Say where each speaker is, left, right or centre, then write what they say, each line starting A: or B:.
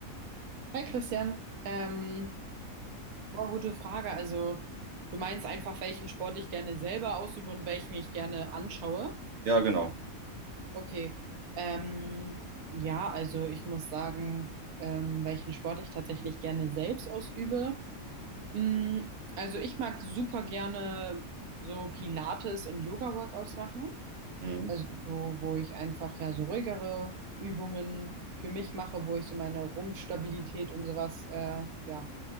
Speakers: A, on the right; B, on the right.
A: Hi Christian, ähm, boah, gute Frage. Also du meinst einfach, welchen Sport ich gerne selber ausübe und welchen ich gerne anschaue?
B: Ja, genau.
A: Okay. Ähm, ja, also ich muss sagen, ähm, welchen Sport ich tatsächlich gerne selbst ausübe. Mm, also ich mag super gerne so Pilates und Yoga-Workouts machen.
B: Mhm.
A: Also so, wo ich einfach ja so ruhigere Übungen für mich mache, wo ich so meine Rumpfstabilität und sowas äh, ja